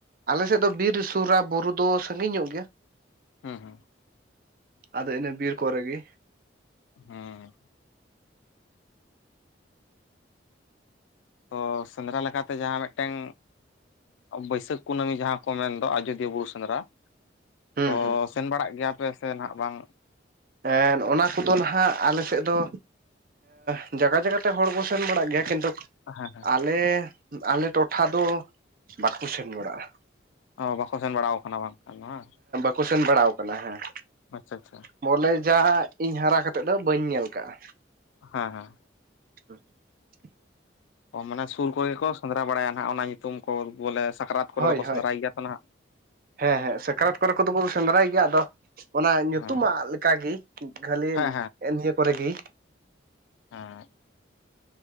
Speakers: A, on the right; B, on the left.
A: ᱟᱞᱮ ᱥᱮᱫ ᱫᱚ ᱵᱤᱨ ᱥᱩᱨᱟ, ᱵᱩᱨᱩ ᱫᱚ ᱥᱟᱺᱜᱤᱧ ᱧᱚᱜ ᱜᱮᱭᱟ᱾
B: ᱦᱩᱸ ᱦᱩᱸ᱾
A: ᱟᱫᱚ ᱤᱱᱟᱹ ᱵᱤᱨ ᱠᱚᱨᱮ ᱜᱮ᱾
B: ᱦᱩᱸ, ᱛᱚ ᱥᱮᱸᱫᱽᱨᱟ ᱞᱮᱠᱟᱛᱮ ᱡᱟᱦᱟᱸ ᱢᱤᱫᱴᱮᱱ ᱵᱟᱹᱭᱥᱟᱹᱠᱷ ᱠᱩᱱᱟᱹᱢᱤ ᱡᱟᱦᱟᱸ ᱠᱚ ᱢᱮᱱᱫᱚ ᱟᱡᱚᱫᱤᱭᱟᱹ ᱵᱩᱨᱩ ᱥᱮᱸᱫᱽᱨᱟ
A: ᱦᱩᱸ
B: ᱛᱚ
A: ᱦᱩᱸ
B: ᱥᱮᱱ ᱵᱟᱲᱟᱜ ᱜᱮᱭᱟᱯᱮ ᱥᱮ ᱱᱟᱦᱟᱜ ᱵᱟᱝ?
A: ᱮᱱ ᱚᱱᱟ ᱠᱚᱫᱚ ᱱᱟᱦᱟᱜ ᱟᱞᱮ ᱥᱮᱫ ᱫᱚ, ᱦᱮᱸ ᱡᱟᱭᱜᱟ ᱡᱟᱭᱜᱟ ᱛᱮ ᱦᱚᱲ ᱠᱚ ᱥᱮᱱ ᱵᱟᱲᱟᱜ ᱜᱮᱭᱟ ᱠᱤᱱᱛᱩ
B: ᱦᱮᱸ ᱦᱮᱸ
A: ᱟᱞᱮ, ᱟᱞᱮ ᱴᱚᱴᱷᱟ ᱫᱚ ᱵᱟᱠᱚ ᱥᱮᱱ ᱵᱟᱲᱟᱜᱼᱟ᱾
B: ᱚ ᱵᱟᱠᱚ ᱥᱮᱱ ᱵᱟᱲᱟᱟᱣ ᱟᱠᱟᱱᱟ ᱵᱟᱝᱠᱷᱟᱱ ᱵᱟᱝ
A: ᱠᱚ ᱥᱮᱱ ᱵᱟᱲᱟ ᱟᱠᱟᱱᱟ ᱦᱮᱸ
B: ᱟᱪᱪᱷᱟ ᱟᱪᱪᱷᱟ
A: ᱵᱚᱞᱮ ᱡᱟ ᱤᱧ ᱦᱟᱨᱟ ᱠᱟᱛᱮᱫ ᱫᱚ ᱵᱟᱹᱧ ᱧᱮᱞ ᱠᱟᱜᱼᱟ᱾
B: ᱦᱮᱸ ᱦᱮᱸ᱾
A: <inaudible>
B: ᱚ ᱢᱟᱱᱮ ᱥᱩᱨ ᱠᱚᱨᱮᱜᱮ ᱠᱚ ᱥᱮᱸᱫᱽᱨᱟ ᱵᱟᱲᱟᱭᱟ ᱱᱟᱜ ᱚᱱᱟ ᱧᱩᱛᱩᱢ ᱠᱚ ᱵᱚᱞᱮ ᱥᱟᱠᱨᱟᱛ ᱠᱚᱨᱮ
A: ᱦᱳᱭ
B: ᱫᱚᱠᱚ
A: ᱦᱳᱭ
B: ᱥᱮᱸᱫᱽᱨᱟᱭ ᱜᱮᱭᱟ ᱛᱚ ᱱᱟᱦᱟᱜ?
A: ᱦᱮᱸ ᱦᱮᱸ, ᱥᱟᱠᱨᱟᱛ ᱠᱚᱨᱮ ᱠᱚᱫᱚ ᱥᱮᱸᱫᱽᱨᱟᱭ ᱜᱮᱭᱟ, ᱟᱫᱚ ᱚᱱᱟ ᱧᱩᱛᱩᱢᱟᱜ
B: ᱦᱮᱸ
A: ᱞᱮᱠᱟᱜᱮ ᱠᱷᱟᱹᱞᱤ
B: ᱦᱮᱸ
A: ᱮᱱᱤᱭᱟᱹ ᱠᱚᱨᱮᱜᱤ᱾
B: ᱦᱩᱸ